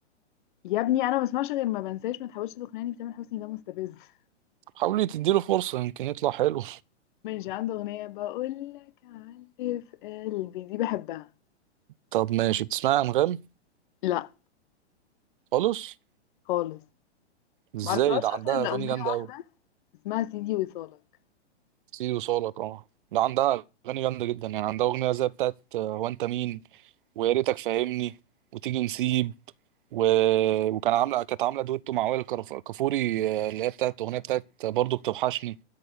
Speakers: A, on the left; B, on the right.
A: يا ابني أنا ما بسمعش غير ما بنساش ما تحاولش تقنعني بتامر حسني ده مستفز <laughs>
B: حاولي تديله فرصه يمكن يطلع حلو
A: ماشي عنده أغنية بقول لك علي في قلبي دي بحبها
B: طب ماشي بتسمعي انغام
A: لا
B: خالص
A: خالص
B: ازاي
A: ما اعرفهاش
B: ده عندها
A: أصلا إلا
B: اغاني
A: أغنية
B: جامده
A: واحدة
B: قوي
A: اسمها سيدي وصالك
B: سيدي وصالك اه ده عندها اغاني جامده جدا يعني عندها اغنيه زي بتاعت آه، هو انت مين ويا ريتك فاهمني وتيجي نسيب و... وكان عامله كانت عامله دويتو مع وائل كرف- كفوري آه، اللي هي بتاعت اغنيه بتاعت برضه بتوحشني